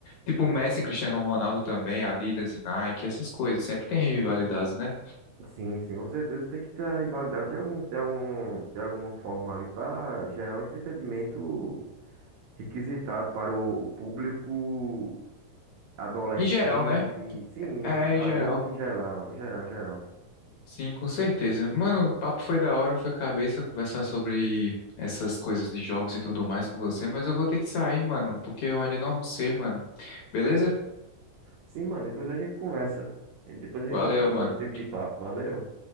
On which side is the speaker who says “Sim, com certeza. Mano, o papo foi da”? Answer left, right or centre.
Left